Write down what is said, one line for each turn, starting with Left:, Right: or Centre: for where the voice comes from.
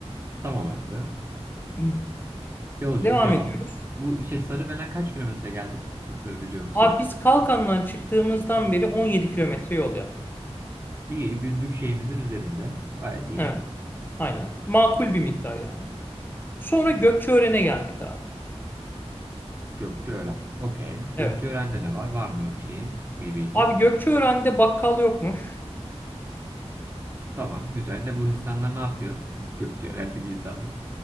Right: Tamam abi.
Left: Hmm.
Right: Yolculuk
Left: Devam
Right: devam.
Left: ediyoruz.
Right: Bu şey Sarıbelen kaç kilometre geldik e, biliyor musun?
Left: Abi biz Kalkan'dan çıktığımızdan beri 17 kilometre yol yaptık.
Right: İyi günlük şeyimizin üzerinde. Gayet iyi.
Left: Evet, aynen. Makul bir miktar yani. Sonra Gökçeören'e geldik abi.
Right: Gökçeören. Okey. Gökçeören'de
Left: Evet.
Right: de var. Var mı şeyin bir bilgi?
Left: Abi Gökçeören'de bakkal yokmuş.
Right: Tamam. Güzel. De bu insanlar ne yapıyor? <laughs> Gökçeören'deki insanlar.